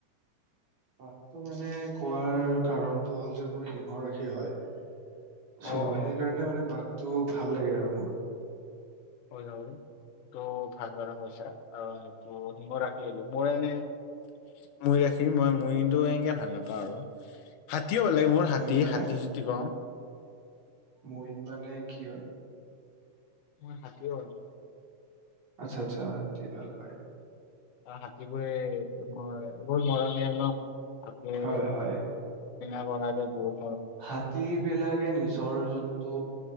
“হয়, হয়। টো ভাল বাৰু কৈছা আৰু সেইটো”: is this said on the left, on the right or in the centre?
Left